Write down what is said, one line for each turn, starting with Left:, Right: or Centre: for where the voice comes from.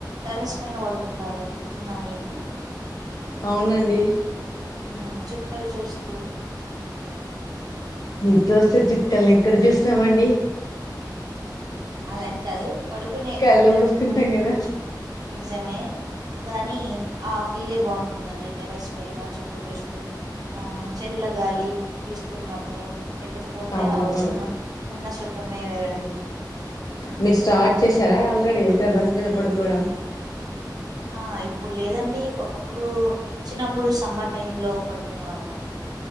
Right: టెరెస్ పైన పడుకుంటారు గుర్తుందా మీకు
Left: అవునండి
Right: ఆ చిక్కలు చూస్తూ,
Left: నిద్రొస్తే చుక్కల్ని ఎక్కడ చూస్తామండి.
Right: అలాని కాదు పడుకునే
Left: కళ్ళు
Right: నిద్ర
Left: మూసుకుంటాం
Right: పోయి
Left: కదా
Right: నిజమే కానీ ఆ ఫీలే బాగుంటుందండ, టెరెస్ పైన చుక్కలు చూస్తూ ఆ చెట్లా గాలి ఇస్తున్నప్పుడు, నిద్రపోతే
Left: అవునవును
Right: ఉ ఉన్న సుఖమే వేరండి,
Left: మీరు స్టార్ట్ చేసారా ఆల్రెడీ టెర్రస్ మీద పడుకోవడం,
Right: ఆ ఇప్పుడు లేదండి ఒకప్పుడు చిన్నప్పుడు సమ్మర్ టైమ్ లో పడుకునే వాళ్ళ అండి